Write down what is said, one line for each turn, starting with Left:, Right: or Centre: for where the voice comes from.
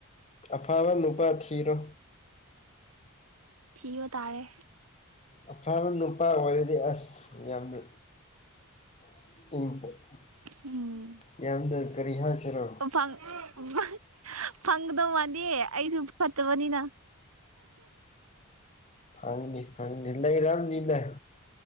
Left: ꯑꯐꯕ ꯅꯨꯄꯥ ꯊꯤꯔꯣ
Right: ꯊꯤꯕ ꯇꯥꯔꯦ
Left: ꯑꯐꯕ ꯅꯨꯄꯥ ꯑꯣꯏꯔꯗꯤ ꯑꯁ ꯌꯥꯝꯅ <unintelligible>
Right: ꯎꯝ
Left: ꯌꯥꯝꯅ ꯀꯔꯤ ꯍꯥꯏꯁꯤꯔꯣ
Right: ꯐꯪ ꯐꯪ ꯐꯪꯒꯗꯧ ꯃꯥꯗꯦ ꯑꯩꯁꯨ ꯐꯠꯇꯕꯅꯤꯅ
Left: ꯐꯪꯅꯤ ꯐꯪꯅꯤ ꯂꯩꯔꯝꯅꯤꯅꯦ